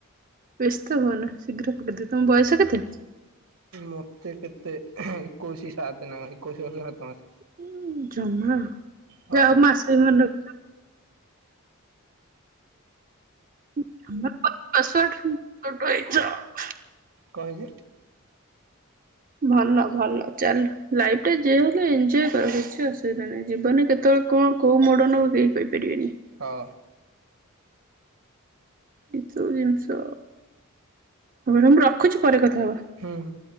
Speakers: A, on the right (about 40°); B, on the right (about 80°).
A: ବ୍ୟସ୍ତ ହୁଅ ନା ଶୀଘ୍ର ପକେଇଦେବେ ତମ ବୟସ କେତେ?
B: ମତେ କେତେ ଏକୋଇଶି ସାତେ ନା ଏକୋଇଶି ବର୍ଷ ସାତ ମାସେ।
A: ଉଁ ଜମା
B: ହଁ
A: ଯାଅ ମାସେ ଭଲ <unintelligible> ପାସୱାର୍ଡ କୁଆଡୁ ଆଇଚ?
B: କଣ ହେଇଜି?
A: ଭଲ ଭଲ ଚାଲୁ ଲାଇଫ ଟେ ଜିଏ ହେଲେ ଏନଜୟ କର କିଛି ଅସୁବିଧା ନାହିଁ ଜୀବନରେ କେତେବେଳ କଣ କୋଉ ମୋଡ଼ ନବ କେହି କହିପାରିବେନି।
B: ହଁ।
A: ଏ ସବୁ ଜିନିଷ ମୁଁ ରଖୁଛି ପରେ କଥା ହବା।
B: ହୁଁ।